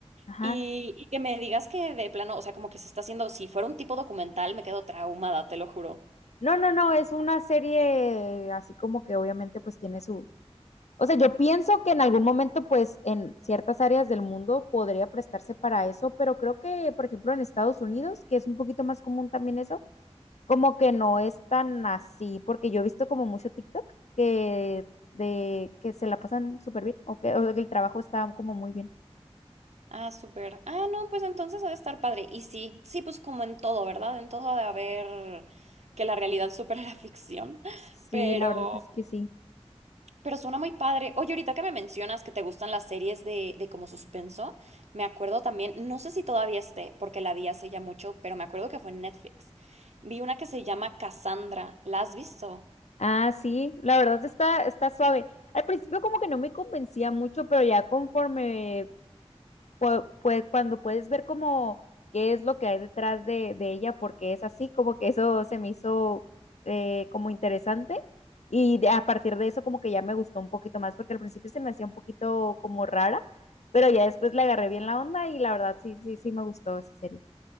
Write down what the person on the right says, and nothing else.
Y, y que me digas que de plano, o sea, como que se está haciendo, si fuera un tipo documental, me quedo traumada, te lo juro.
Ah, súper. Ah, no, pues entonces ha de estar padre. Y sí, sí, pues como en todo, ¿verdad? En todo ha de haber que la realidad supera <laughs> la ficción.
Pero,
pero suena muy padre. Oye, ahorita que me mencionas que te gustan las series de, de como suspenso, me acuerdo también, no sé si todavía esté, porque la vi hace ya mucho, pero me acuerdo que fue en Netflix. Vi una que se llama Cassandra. ¿La has visto?